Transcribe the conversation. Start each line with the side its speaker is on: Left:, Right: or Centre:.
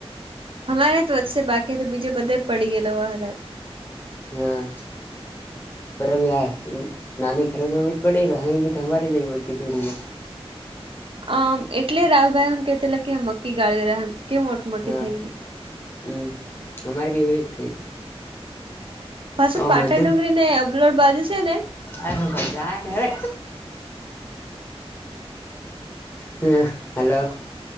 Right: અમારે તો વચ્ચે બાકી તો, બીજે બધે પડી ગયે.
Left: હા, બરાબર. નાની ખરજમાં પડેહી ભી જે ક.
Right: આમ એટલે રાહુભાઈ, હમ, કેતીલા કે મક્કી ગાળ રહ્યામ, કેવ મોટી મોટી
Left: હા
Right: થઈ ગ.
Left: હમ અરે બી હવી થ
Right: પાછું
Left: હ,
Right: પાટા
Left: મજું.
Right: ડુંગરી ને અબલોડ બાજુ છે ને
Left: આ હું જા. હ, હલો.